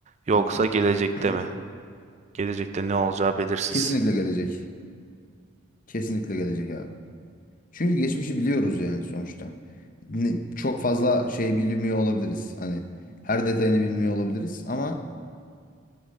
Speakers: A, on the right; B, on the left.
A: Yoksa
B: Hı.
A: gelecekte
B: <clears throat>
A: mi? Gelecekte ne olacağı belirsiz.
B: Kesinlikle gelecek. Kesinlikle gelecek abi. Çünkü geçmişi biliyoruz yani sonuçta. Ne- Çok fazla şey bilmiyor olabiliriz. Hani her detayını bilmiyor olabiliriz ama